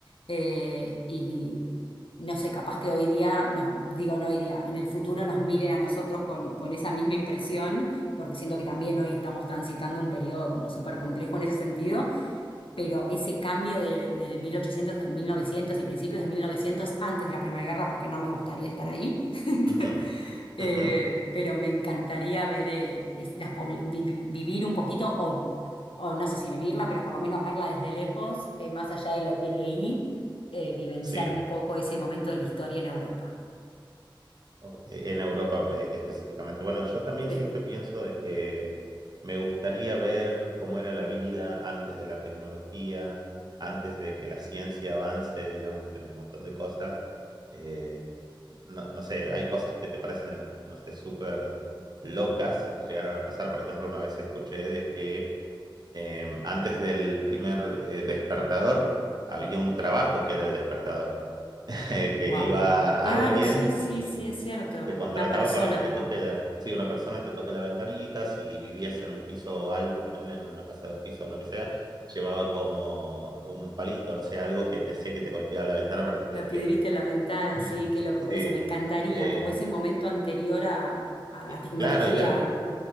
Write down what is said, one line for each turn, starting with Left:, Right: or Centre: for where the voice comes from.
Left: eh, y no sé, capaz que hoy día nos, digo no hoy día, en el futuro nos miren a nosotros con, con esa misma impresión, porque siento que también hoy estamos transitando un periodo como súper complejo en ese sentido pero ese cambio del del 1800 en 1900 y principios de 1900 antes de la Primera Guerra, porque no me gustaría estar ahí, <laughs>
Right: ujú,
Left: eh,
Right: ujú,
Left: pero me encantaría ver, eh, es- la pobl- vi- vi- vivir un poquito, o, o no sé si vivirla, pero por lo menos verla desde lejos, eh, más allá de lo que leí, eh, vivenciar
Right: sí.
Left: un poco ese momento de la historia en Europa.
Right: Ok, En Europa eh, específicamente. Bueno, yo también
Left: Sí,
Right: siempre pienso de que me gustaría ver cómo era la vida antes de la tecnología, antes de que la ciencia avance, digamos, en un montón de cosas. Eh, no, no sé, hay cosas que te parecen, no sé, súper locas si llegaron a pasar. Por ejemplo, una vez escuché de que em, antes del primer eh, despertador había un trabajo que era el despertador <laughs> que
Left: wow.
Right: iba alguien
Left: Claro, sí, sí,
Right: y
Left: sí, es cierto.
Right: te contrataba
Left: Una persona.
Right: para que te toque la, sí, una persona te toque la ventanita, si vivías en un piso alto, ponerle en una casa de dos pisos, lo que sea, llevaba como un palito, no sé, algo que te hacía que te golpeaba la ventana para que
Left: La
Right: te despiertes.
Left: piedrita en la ventana,
Right: <laughs>
Left: sí, qué loco,
Right: Sí,
Left: por eso me encantaría,
Right: eh,
Left: como ese momento anterior a, a
Right: y
Left: la tecnología.
Right: claro, y ver,